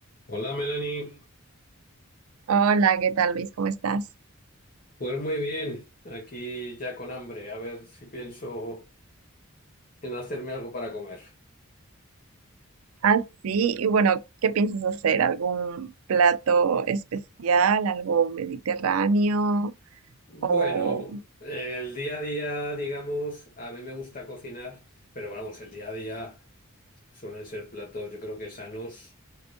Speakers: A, on the left; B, on the right.
A: Hola Melanie,
B: Hola, ¿qué tal, Luis? ¿Cómo estás?
A: pues muy bien, aquí ya con hambre, a ver si pienso en hacerme algo para comer.
B: Ah, sí, y bueno, ¿qué piensas hacer? ¿Algún plato especial, algo mediterráneo?
A: Bueno,
B: O...
A: el día a día, digamos, a mí me gusta cocinar, pero vamos, el día a día suelen ser platos yo creo que sanos